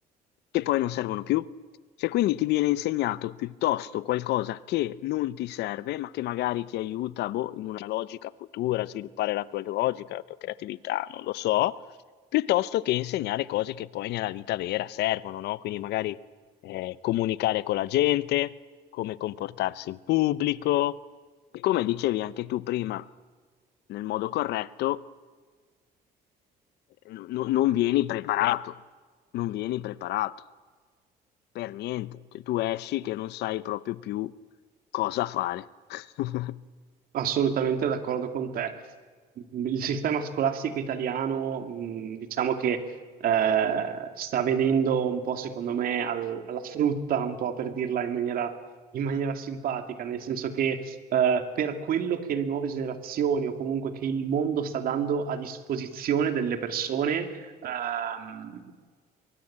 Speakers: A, on the left; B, on the right.
A: che poi non servono più. Cioè, quindi ti viene insegnato piuttosto qualcosa che non ti serve, ma che magari ti aiuta, boh, in una logica futura, a sviluppare la tua logica, la tua creatività, non lo so, piuttosto che insegnare cose che poi nella vita vera servono, no? Quindi magari eh, comunicare con la gente, come comportarsi in pubblico e come dicevi anche tu prima, nel modo corretto, no- no, non vieni preparato, non vieni preparato per niente. Cioè, tu esci che non sai proprio più cosa fare. <laughs>
B: Assolutamente d'accordo con te. Il sistema scolastico italiano, mh, diciamo che eh, sta venendo un po', secondo me, al- alla frutta, un po' per dirla in maniera, in maniera simpatica, nel senso che eh, per quello che le nuove generazioni o comunque che il mondo sta dando a disposizione delle persone, ehm,